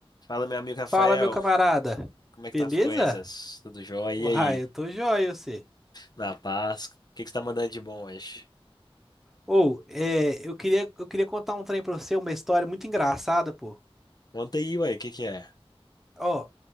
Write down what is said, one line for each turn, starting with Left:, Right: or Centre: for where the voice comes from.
Left: Fala, meu amigo Rafael,
Centre: Fala, meu camarada.
Left: como é que
Centre: Beleza?
Left: tá as coisas? Tudo jóia?
Centre: Uai,
Left: E aí?
Centre: eu tô joia, você.
Left: Na paz? O que que você tá mandando de bom hoje?
Centre: Ou, é, eu queria, eu queria contar um trem pra você, uma história muito engraçada, pô.
Left: Conta aí, ué, o que que é?
Centre: Ó,